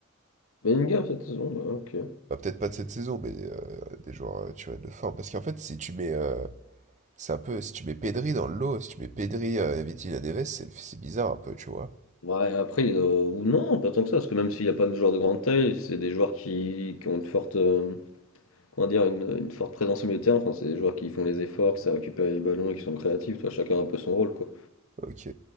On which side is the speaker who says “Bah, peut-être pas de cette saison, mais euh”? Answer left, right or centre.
Right